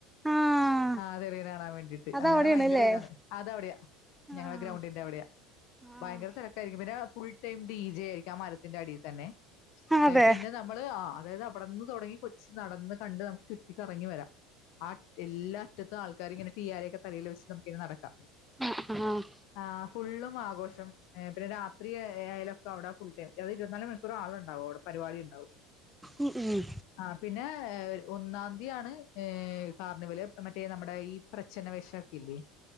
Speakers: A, in the centre; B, on the left.
A: ആഹ്
B: ആ തെളിയ കാണാൻ വേണ്ടീട്ട്
A: അതവിടെയാണല്ലേ
B: അങ്ങനെ ഭയങ്കര ഇതാണ് അത അവിടെയാ ഞങ്ങളുടെ
A: ആഹ്
B: ഗ്രൗണ്ടിന്റെ അവിടെയാ
A: ആഹ്
B: ഭയങ്കര തിരക്കായിരിക്കും പിന്നെ ഫുൾ ടൈം ഡി ജെ ആയിരിക്കും ക്യാ മരത്തിന്റെ അടിന്ന് തന്നെ
A: അതെ
B: പിന്നെ നമ്മള് ആഹ്ആ അതാത് അവിടെന്ന് തൊടങ്ങി കൊച്ചി നടന്ന് കണ്ട് നമക്ക് ചുറ്റിക്കിറങ്ങി വരാം ആഹ് എല്ലാറ്റത്തും ആൾക്കാ ക്കരിങ്ങനെ പിയാരെക്കെ തലെല് വെച്ച് നമക്കിഞനെ നടക്കാം
A: ആഹ്
B: ആ ഫുള്ളും ആഘോഷംപിന്നെ രാത്രിയാല അടെ ഫുൾ ടൈ അത് ഇരുപനാല് മണിക്കൂർ ആള ഉണ്ടാവും അവിടെ പരിപാടി ഉണ്ടാവും
A: ഉം ഉം
B: ആഹ്ആ പിന്നെ ഏഹ് ഒന്നാം തീയാണ് കാർണിവല് മറ്റേ നമ്മുടെ ഈഹ് പ്രച്ചഛന വശാക്കില്ലേ